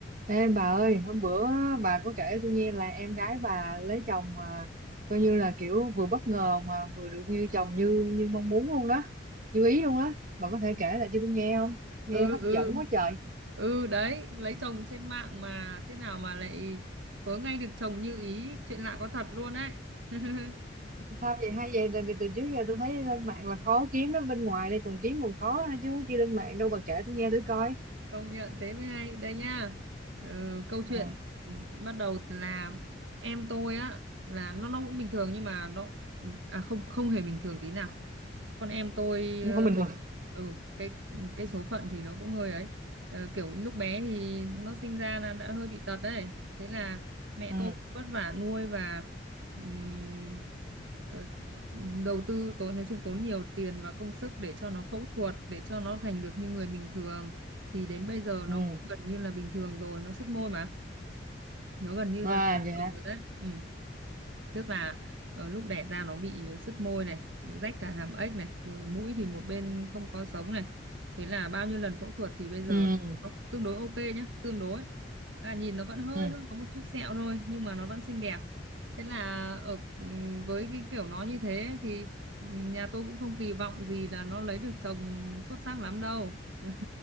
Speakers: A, on the right (about 45°); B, on the right (about 80°).
A: Ê bà ơi, hôm bữa bà có kể tôi nghe là em gái bà lấy chồng mà coi như là kiểu vừa bất ngờ mà vừa được như chồng như như mong muốn luôn đó, như ý luôn đó. Bà có thể kể lại cho tôi nghe không? Nghe
B: ừ
A: hấp
B: ừ
A: dẫn quá trời.
B: ừ đấy lấy chồng trên mạng mà thế nào mà lại vớ ngay được chồng như ý chuyện lạ có thật luôn đấy <laughs>
A: Sao vậy hay vậy? Tại vì từ trước giờ tôi thấy lên mạng là khó kiếm lắm, bên ngoài đây còn kiếm còn khó nữa, chứ không chi lên mạng đâu bà kể tôi nghe tôi coi.
B: công nhận thế mới hay đây nha ừ, câu chuyện
A: Ừ,
B: ừ, bắt đầu là em tôi á là nó nó cũng bình thường nhưng mà nó à không không hề bình thường tí nào con em tôi ờ,
A: không bình thường.
B: ừ cái cái số phận thì nó cũng hơi ấy Ờ, kiểu lúc bé thì nó sinh ra là đã hơi bị tật đấy thế là mẹ
A: Ừ,
B: tôi vất vả nuôi và ừm, ờ, đầu tư tốn nói chung tốn nhiều tiền và công sức để cho nó phẫu thuật để cho nó thành được như người bình thường thì đến bây giờ
A: ừ.
B: nó gần như là bình thường rồi nó sứt môi mà nó gần như
A: À
B: là bình
A: vậy hả?
B: thường rồi đấy ừ. tức là ờ, lúc đẻ ra nó bị sứt môi này rách cả hàm ếch này rồi mũi thì một bên không có sống này thế là bao nhiêu lần phẫu thuật thì bây giờ
A: Ừ,
B: nó tương đối ok nhá tương đối và nhìn nó vẫn hơi
A: ừ,
B: hơi có một chút sẹo thôi nhưng mà nó vẫn xinh đẹp thế là ở ừm, với cái kiểu nó như thế ấy thì ừm, nhà tôi cũng không kỳ vọng gì là nó lấy được chồng xuất sắc lắm đâu <laughs>